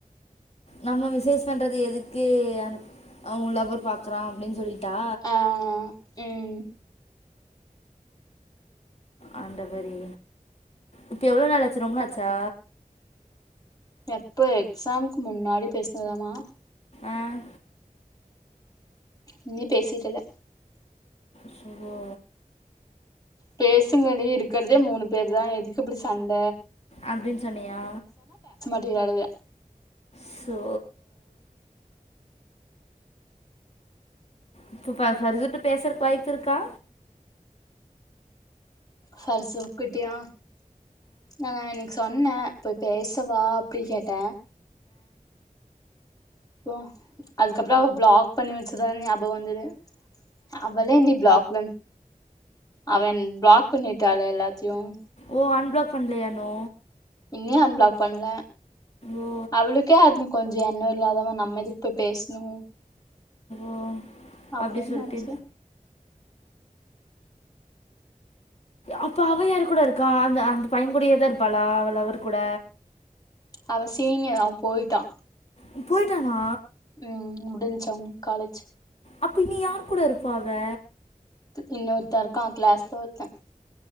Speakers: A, on the left; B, on the left.
A: நம்ம மெசேஸ் பண்றது எதுக்கு அந்த அவ்ங்க லவ்வர் பாக்குறா அப்டின் சொல்லிட்டா
B: ஆ ம்
A: ஆண்டவரே இப்ப எவ்ளோ நாளாச்சு ரொம்ப நாச்சா
B: எப்ப எக்ஸாமுக்கு முன்னாடி பேசுனதாமா
A: அஹ்
B: இன்னு பேசிட்டுல்ல
A: சுகோ
B: பேசுங்கடி இருக்றதே மூணு பேர் தா எதுக்கு இப்டி சண்ட
A: அப்டின் சொன்னியா
B: து விளாடுங்க
A: சோ இப்ப பா ஃபர்சுர்ட்ட பேசுறக்கு வாய்ப்பிருக்கா
B: ஃபர்சூன்க்கிட்டயா நா அன்னைக்கு சொன்ன போய் பேசவா அப்டின் கேட் டா அப்றோ அதுக்கப்றோ அவ பிளாக் பண்ணி வச்சதா ஞாபகம் வந்தது அவளே நீ பிளாக்ல அவன் பிளாக் பண்ணிட்டாள எல்லாத் தியும்
A: ஓ அன்பிளாக் பண்லயா இன்னு
B: இன்னு அன்பிளாக் பண்ல
A: ஓ
B: அவ்ளுக்கே அது கொஞ்சோ எண்ணோ இல்லாதவ நம்ம எதுக் போய் பேசணு
A: ஓ
B: அப்டின்
A: அப்டி சொல்லிட்டு
B: நெனச்சே
A: அப்ப அவ யாரு கூட இருக்கா அந்த அந்த பையங் கூடயேதா இருப்பாளா அவ லவ்வர் கூட
B: அவ சீனியர் அவ போயிட்டா
A: ம் போயிட்டானா
B: ம் முடிஞ்ச்சு அவனுக் காலேஜ்
A: அப்ப இனி யார் கூட இருப்பா அவ
B: இன்னோர்த்த இருக்கா க்ளாஸ்ல ஒருத்த